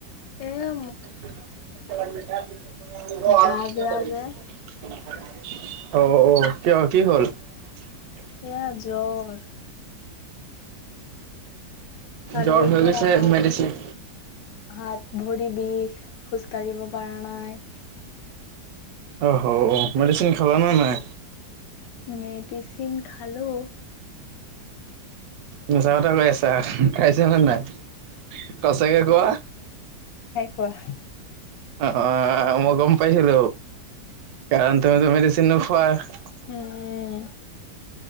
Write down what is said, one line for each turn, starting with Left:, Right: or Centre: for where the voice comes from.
Left: এয়া
Right: আৰ প অহ
Left: গা বেয়া
Right: অ
Left: যে
Right: কিয় কি হ'ল
Left: এয়া জ্বৰ কালিৰ
Right: জ্বৰ হৈ
Left: পৰা
Right: গৈছে
Left: হাত
Right: মেডিচিন
Left: হাত ভৰি বিষ খোজ কাঢ়িব পৰা নাই
Right: অহ, ' হ', মেডিচিন খালা নে নাই?
Left: মেডিচিন খালো।
Right: মিছা কথা কৈ আছা। খাইছা, খাইছা নে নাই সচাকে কোৱা?
Left: বাহ',
Right: অ', - অ', মই গম পাইছিলো, কাৰণ তুমিটো মেডচিন নো, <unintelligible>
Left: উম